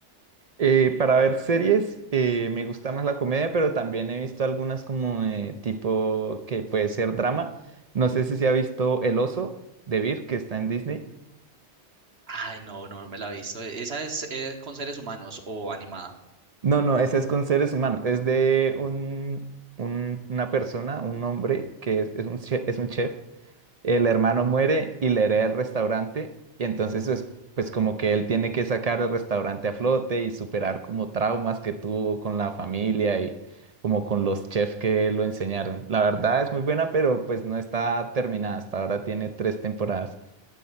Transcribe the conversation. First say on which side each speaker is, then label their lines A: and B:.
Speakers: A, on the right (about 45°); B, on the right (about 60°).
A: Eh, para ver series, eh, me gusta más la comedia, pero también he visto algunas como eh, tipo que puede ser drama. No sé si se ha visto El Oso de Vir, que está en Disney.
B: Ay, no, no no me la he visto. ¿E-, ¿Esa es eh, con seres humanos o animada?
A: No, no, ese es con seres humanos. Es de un, un- una persona, un hombre que es, es un chef, es un chef. El hermano muere y le hereda el restaurante. Y entonces es pues como que él tiene que sacar el restaurante a flote y superar como traumas que tuvo con la familia y como con los chefs que lo enseñaron. La verdad es muy buena, pero pues no está terminada. Hasta ahora tiene tres temporadas.